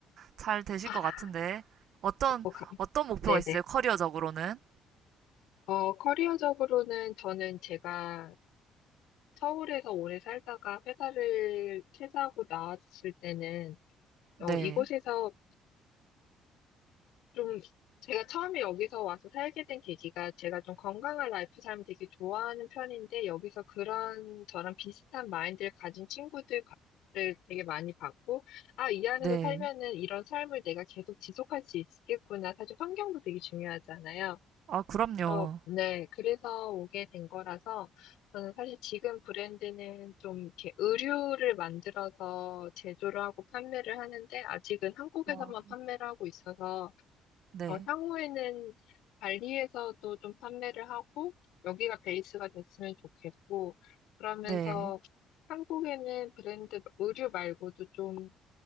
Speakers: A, on the right (about 50°); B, on the left (about 70°).
A: 잘 되실
B: 아,
A: 것 같은데. 어떤,
B: 어, 가-
A: 어떤 목표가
B: 네네.
A: 있으세요? 커리어적으로는?
B: 어, 커리어적으로는 저는 제가 서울에서 오래 살다가 회사를 퇴사하고 나왔을 때는 어,
A: 네.
B: 이곳에서 좀 제가 처음에 여기서 와서 살게 된 계기가 제가 좀 건강한 라이프 삶을 되게 좋아하는 편인데 여기서 그런 저랑 비슷한 마인드를 가진 친구들을 되게 많이 봤고 아, 이 안에서
A: 네.
B: 살면은 이런 삶을 내가 계속 지속할 수 있겠구나. 사실 환경도 되게 중요하잖아요.
A: 아, 그럼요.
B: 그래서 네, 그래서 오게 된 거라서 저는 사실 지금 브랜드는 좀 이렇게 의류를 만들어서 제조를 하고 판매를 하는데 아직은 한국에서만
A: 아,
B: 판매를 하고 있어서
A: 네.
B: 어, 향후에는 발리에서도 좀 판매를 하고 여기가 베이스가 됐으면 좋겠고 그러면서
A: 네.
B: 한국에는 브랜드 의류 말고도 좀